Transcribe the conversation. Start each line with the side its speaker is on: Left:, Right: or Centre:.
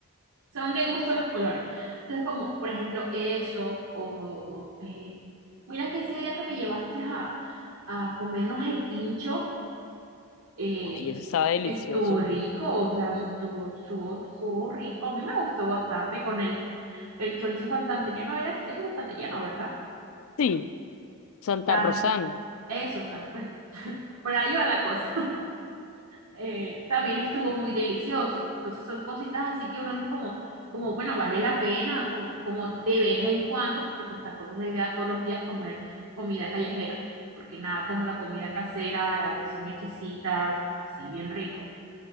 Right: son de gusto los colores. Entonces, como por ejemplo eso, o eh, mira que ese día que me llevaste a, a comernos el pincho, eh,
Left: ay, eso estaba delicioso.
Right: estuvo rico, o sea, eso estuvo, estuvo, estuvo rico. A mí me gustó bastante con el, el chorizo santandereano, era, era santandereano, ¿verdad?
Left: Sí, Santa
Right: Tam,
Left: Rosano.
Right: eso, o sea, bueno, por ahí va la cosa. eh, también estuvo muy delicioso. Entonces son cositas así que uno dice como, como bueno, vale la pena, como, como de vez en cuando, porque pues tampoco es la idea todos los días comer comida callejera, porque nada como la comida casera, recién hechecita, así bien rico